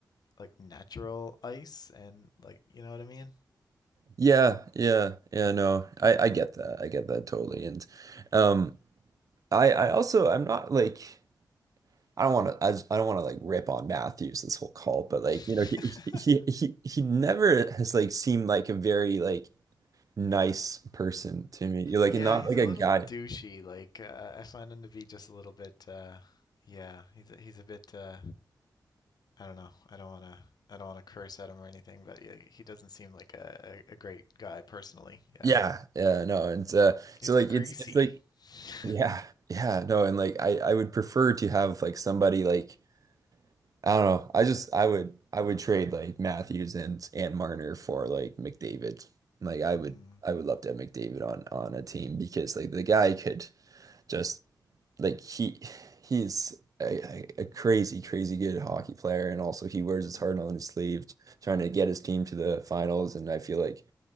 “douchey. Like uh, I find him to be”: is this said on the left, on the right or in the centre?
Left